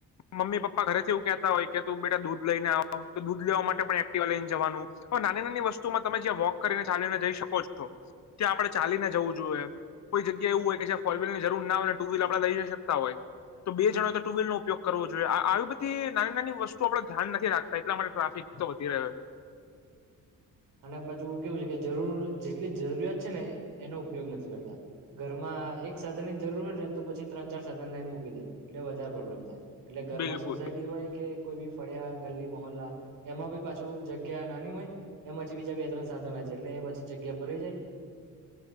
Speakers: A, on the left; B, on the right.
A: મમ્મી પપ્પા ઘરેથી એવું કહેતા હોય કે તું બેટા દૂર. લને આવ તો દૂધ લેવા માટે પણ એક્ટિવા લઈને જવાનું હવે નાની નાની વસ્તુમાં તમે જ્યાં વોક કરીને ચાલીને જઈ શકો છો ત્યાં આપણે ચાલીને જવું જોઈએ કોઈ જગ્યા એવું હોય કે જ્યા ફોર વ્લની જરૂર ના હોય ટુ વ્લ આપણે લઈ જઈ શકતા હોય તો બે જણ તો ટુ વલ નો ઉપયોગ કરવો જોઈએ આવી બધી નાની નાની વસ્તુ આપ. ધ્યાન નથી રાખતા એટલા માટે ટ્રાફિક તો વધી રહ્યો.
B: અને પછું કેવું છે કે જરૂર જેટલી જરૂરિયાત છે ને એનો ઉપયોગ નથી કરતા ઘરમાં એક સાધન ની જરૂર હોડ ને તો પછી ત્રણ ચાર સાધન લઈને મૂકી દે એટલે વધારે પ્રોબ્લેમ થાય. એટલે ઘરમાં
A: બિલકુલ
B: સોસાયટી હોય કે. કોઈ બી ફળ્યા ગલ્લી મહોલ્લા એમાં બી પાછું જગ્યા નાની હોય. એમાંછી બીજા બે ત્રણ સાધન છે એટલે એ પછી જગ્યા ભરાઈ જાય.